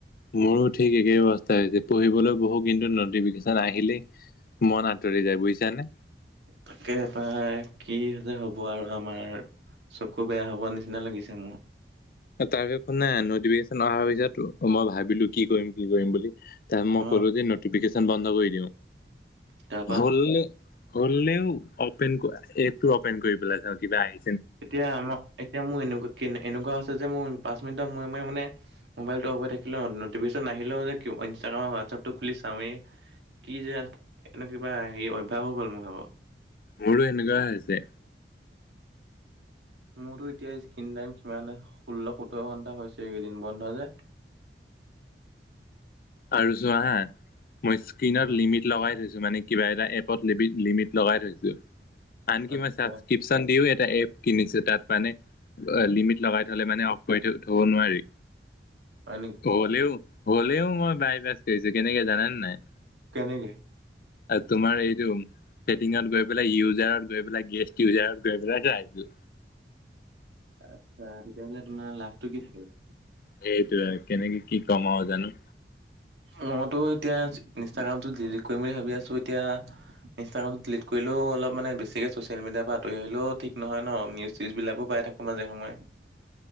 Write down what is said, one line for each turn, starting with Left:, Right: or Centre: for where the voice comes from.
Left: মোৰো ঠিক একেই অৱস্থা হৈছে। পঢ়িবলৈ বহো কিন্তু নটিফিকেচন আহিলেই মন আঁতৰি যায়। বুজিছানে?
Right: তাকে পাই কি যে হ'ব আৰু আমাৰ। চকু বেয়া হ'ব নিচিনা লাগিছে মোৰ।
Left: তাকে একো নাই নটিফিকেচন অহাৰ পিছত মই ভাৱিলোঁ কি কৰিম, কি কৰিম বুলি। তেতিয়া মই
Right: অ',
Left: ক'লো যে নটিফিকেশ্যন বন্ধ কৰি দিয়ক।
Right: তাৰপা?
Left: হ'লে হ'লেও অপেন ক ' এপটো অপেন কৰি পেলাই চাওঁ। কিবা আহি
Right: এতিয়া আম এতিয়া মোৰ এনেকুৱা কেনে এনেকুৱা হৈছে যে মোৰ পাঁচ মিনিটৰ মূৰে মূৰে মানে ম'বাইলটো অফ হৈ থাকিলেও, নতিফিকেশ্যন নাহিলেও যে কি হ'ব, ইষ্টাগ্ৰাম আৰু হোৱাটছএপটো খুলি চাওঁৱেই। কি যে এনে কিবা হেৰি অভ্যাস হৈ গ'ল মোৰ ভাগ।
Left: মোৰো এনেকুৱাই হৈছে।
Right: মোৰো এতিয়া স্কিন টাইম চোৱা নাই। ষোল্ল, সোতৰ ঘণ্টা হৈছে এইকেইদিন বন্ধ যে।
Left: আৰু চোৱা হাঁ, মই স্কিনত
Right: উম
Left: লিমিট লগাই থৈছোঁ মানে কিবা এটা এপট লিমিট লিমিট লগাই থৈছোঁ। আনকি
Right: আচ্ছা
Left: মই ছাবস্ক্ৰীপ্ চনদিও এটা এপ কিনিছো তাত মানে লিমিট লগাই থলে মানে অফ কৰি থব নোৱাৰি
Right: হয় নেকি
Left: হ'লেও হলেও মই বাইপাছ কৰিছো কেনেকে জানেনে নাই
Right: কেনেকে
Left: তোমাৰ এই টো ছেটিঙত গৈ পেলাই ইউজাৰত গৈ পেলাই গেষ্ট ইউজাৰত গৈ পেলাইতো আহিছো
Right: আচ্ছা তেতিয়াহ'লে তোমাৰ লাভটো কি থাকিল
Left: সেইটোয়ে কেনেকে কি কম আৰু জানো
Right: মইতো এতিয়া ইনষ্টাগ্ৰামতটো ডিলিট কৰিম বুলি ভাবি আছো এতিয়া ইনষ্টাগ্ৰামত ডিলিট কৰিলেও অলপান বেছিকে চচিয়েল মিডাৰ পৰা আঁৰি আহিলও ঠিক নহয় ন নিউজ চউজ বিলাকো পাই থাকো মাজে সময়ে